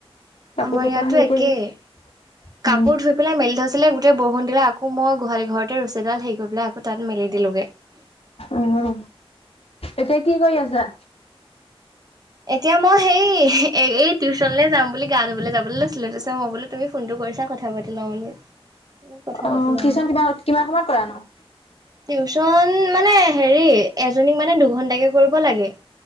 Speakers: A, on the left; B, on the right.
A: কাপোৰ
B: আমাৰ
A: সোপা
B: ইয়াতো
A: হেৰি
B: একেই।
A: কৰি আছে
B: কাপোৰ
A: উম
B: ধুই পেলাই মেলি থৈছিলে গোটেই বৰষুণ দিলে আকৌ মই গোহালি ঘৰতে ৰছীডাল হেই কৰি পেলাই আকৌ তাত মেলি দিলোগে।
A: উম এতিয়া কি কৰি আছা?
B: এতিয়া মই সেই এ এই টিউচনলৈ যাম বুলি গা ধুবলৈ যাবলৈ লৈছিলো ত' মই বোলো তুমি ফোনটো কৰিছা কথা পাতি লওঁ বুলি কথা
A: অ'
B: পাতি লওঁ
A: টিউচন
B: আৰু।
A: কিমান কিমান সময়ত কৰা নো?
B: টিউচন মানে হেৰি এজনীক মানে দুঘন্টাকে কৰিব লাগে।